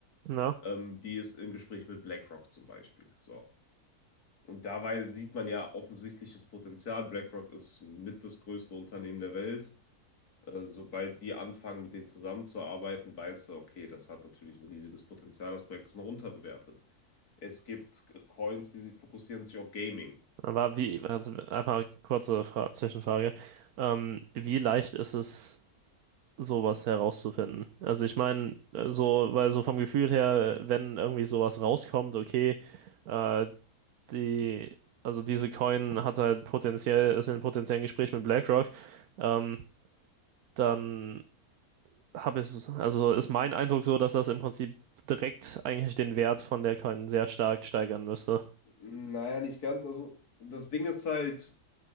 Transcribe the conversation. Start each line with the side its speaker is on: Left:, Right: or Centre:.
Right: Ja.
Left: ähm, die ist im Gespräch mit BlackRock zum Beispiel. So. Und dabei sieht man ja offensichtliches Potenzial. BlackRock ist mit das größte Unternehmen der Welt. Äh, Sobald die anfangen, mit denen zusammenzuarbeiten, weißt du, okay, das hat natürlich ein riesiges Potenzial, das Projekt ist noch unterbewertet. Es gibt Coins, die fokussieren sich auf Gaming.
Right: Aber wie, also einfach kurze Fra Zwischenfrage. Ähm, wie leicht ist es, sowas herauszufinden? Also ich meine, äh, so, weil so vom Gefühl her, wenn irgendwie sowas rauskommt, okay, äh, die, also diese Coin hat halt potenziell, ist in potenziellen Gespräch mit BlackRock, ähm, dann habe ich, also ist mein Eindruck so, dass das im Prinzip direkt eigentlich den Wert von der Coin sehr stark steigern müsste.
Left: Naja, nicht ganz. Also, Das Ding ist halt,